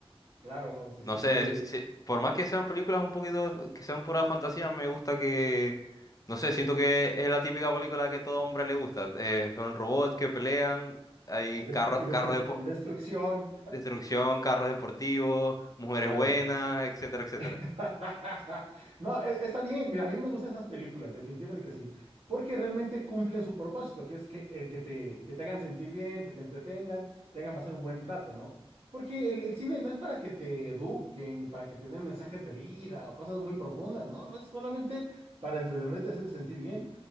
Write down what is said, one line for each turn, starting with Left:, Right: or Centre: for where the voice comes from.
Right: Claro, sí, sí,
Left: no sé,
Right: sí.
Left: si- si- por más que sean películas un poquito, de- que sean pura fantasía, me gusta que, no sé, siento que es la típica película que a todo hombre le gusta. Eh, son robots que pelean, hay
Right: Y, destru-
Left: carro-
Right: y destru-
Left: carros de po-
Right: y destrucción,
Left: destrucción, carros deportivos, mujeres
Right: claro.
Left: buenas, etcétera, etcétera.
Right: <laughs> No, e- está bien. Mira, a mí me gustan esas películas, definitivamente que sí, porque realmente cumplen su propósito, que es que, eh, que te, que te hagan sentir bien, que te entretengan, te hagan pasar un buen rato, ¿no? Porque el, el cine no es para que te eduquen ni para que te den mensajes de vida o cosas muy profundas, no, no, es solamente para entretenerte, hacerte sentir bien.